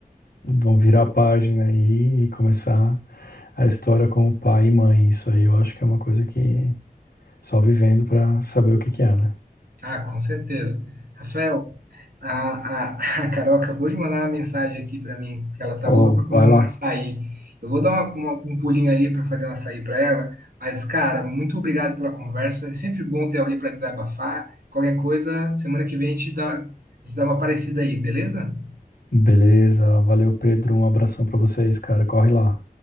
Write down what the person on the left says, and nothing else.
vão virar a página aí e começar a história como pai e mãe. Isso aí eu acho que é uma coisa que Só vivendo pra saber o que que é, né?
Ó,
vai
lá.
Beleza, valeu, Pedro. Um abração pra vocês, cara. Corre lá.